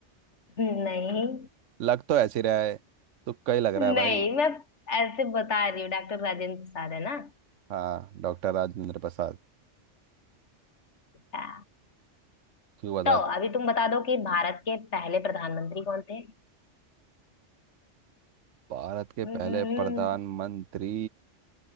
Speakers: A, on the left; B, on the right.
A: नहीं
B: लग तो ऐसे रहा है तुक्का ही लग रहा
A: नहीं
B: है भाई
A: मैं ऐसे बता रही हूँ डॉक्टर राजेंद्र प्रसाद है ना
B: हाँ डॉक्टर राजेंद्र प्रसाद
A: अच्छा।
B: तू बता
A: तो
B: चल
A: अभी तुम बता दो कि भारत के पहले प्रधानमंत्री कौन थे
B: भारत के
A: हम्म
B: पहले प्रधानमंत्री